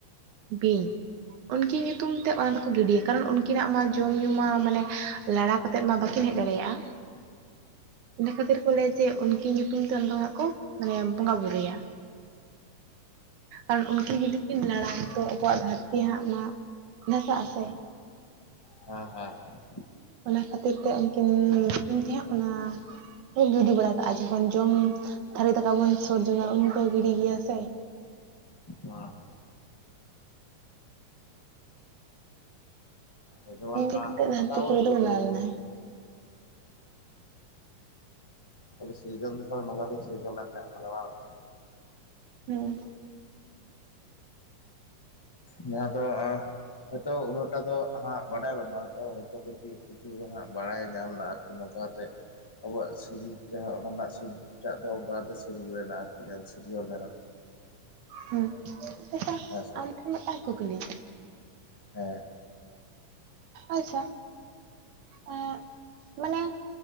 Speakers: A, on the right; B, on the left.
A: ᱵᱤᱧ ᱩᱱᱠᱤ ᱧᱩᱛᱩᱢ ᱛᱮ ᱚᱱᱟ ᱠᱚ ᱜᱤᱰᱤᱭᱟ ᱠᱟᱨᱚᱱ ᱩᱱᱠᱤᱱᱟᱜ ᱢᱟ ᱡᱚᱢ ᱧᱩ ᱢᱟ ᱢᱟᱱᱮ ᱞᱟᱲᱟ ᱠᱟᱛᱮᱫ ᱢᱟ ᱵᱟᱹᱠᱤᱱ ᱦᱮᱡ ᱫᱟᱲᱮᱭᱟᱜᱼᱟ ᱤᱱᱟᱹ ᱠᱷᱟᱹᱛᱤᱨ ᱠᱚ ᱞᱟᱹᱭᱟ ᱡᱮ ᱩᱱᱠᱤᱱ ᱧᱩᱛᱩᱢ ᱛᱮ ᱩᱱ ᱫᱚ ᱦᱟᱸᱜ ᱠᱚ ᱢᱟᱱᱮ ᱵᱚᱸᱜᱟ ᱵᱩᱨᱩᱭᱟ ᱟᱨ ᱩᱱᱠᱤᱱ ᱡᱩᱫᱤ ᱠᱤᱱ ᱞᱟᱲᱟ ᱛᱚ ᱟᱵᱚᱣᱟᱜ ᱫᱷᱟᱹᱨᱛᱤ ᱦᱟᱸᱜ ᱢᱟ ᱫᱟᱷᱟᱥᱟᱜ ᱟᱥᱮ
B: ᱦᱮᱸ ᱦᱮᱸ ᱦᱮᱸ
A: ᱚᱱᱟ ᱠᱷᱟᱹᱛᱤᱨ ᱛᱮ ᱩᱱᱠᱤᱱ ᱧᱩᱛᱩᱢ ᱛᱮ ᱦᱟᱜ ᱚᱱᱟ ᱠᱚ ᱜᱤᱰᱤ ᱵᱟᱲᱟ ᱠᱟᱜᱼᱟ ᱡᱚᱠᱷᱚᱱ ᱡᱚᱢ ᱛᱷᱟᱹᱨᱤ ᱫᱟᱠᱟ ᱵᱚᱱ ᱥᱩᱨᱡᱚᱢᱟ ᱩᱱ ᱠᱚ ᱜᱤᱰᱤᱭ ᱜᱮᱭᱟ ᱥᱮ
B: ᱦᱮᱸ ᱟᱫᱚ ᱡᱮᱢᱚᱱ
A: ᱱᱤᱠᱟᱹ ᱠᱟᱛᱮᱛ ᱫᱷᱟᱹᱨᱛᱤᱯᱩᱨ
B: ᱫᱟᱠᱟ ᱵᱚᱱ ᱜᱤᱲᱤᱭ
A: ᱫᱚ ᱵᱮᱱᱟᱣ
B: ᱡᱮᱢ
A: ᱞᱮᱱᱟ
B: ᱛᱟᱦᱮ ᱥᱤᱡᱚᱱ ᱛᱚ ᱛᱟᱦᱮ ᱱᱚ ᱥᱤᱡ ᱞᱮ ᱛᱟᱦᱚᱞᱮ <unintelligible>
A: ᱦᱩᱸ
B: ᱡᱟᱦᱟᱸ ᱫᱚ ᱦᱚᱭᱛᱳ ᱩᱱᱟᱹᱜᱴᱟ ᱫᱚ ᱦᱟᱸᱜ ᱵᱟᱰᱟᱭ ᱵᱟᱹᱱᱩᱜᱼᱟ ᱛᱚ ᱦᱭᱛᱳ ᱠᱟᱹᱴᱤᱡ <unintelligible> ᱠᱤᱪᱷᱩ ᱦᱟᱸᱜ ᱵᱟᱲᱟᱭ ᱧᱟᱢᱱᱟ ᱟᱨᱠᱤ ᱱᱚᱝᱠᱟᱛᱮ ᱟᱵᱚᱣᱟᱜ ᱥᱤᱨᱤᱡ ᱡᱟᱦᱟᱸ ᱚᱱᱟ ᱨᱮᱱᱟᱜ ᱥᱤᱨᱴᱟᱜ ᱫᱚ ᱚᱱᱠᱟᱛᱮ ᱥᱤᱨᱤᱡ ᱢᱮᱱᱟᱜᱼᱟ ᱟᱨᱠᱤ ᱥᱤᱨᱡᱚᱱ ᱞᱮᱱᱟ
A: ᱦᱩᱸ ᱟᱪ
B: ᱦᱮᱸ ᱥᱮ
A: ᱟᱢ ᱴᱷᱮᱱ ᱢᱤᱴᱟᱝ ᱠᱩᱠᱞᱤ
B: ᱦᱮᱸ
A: ᱟᱪᱪᱷᱟ ᱮ ᱢᱟᱱᱮ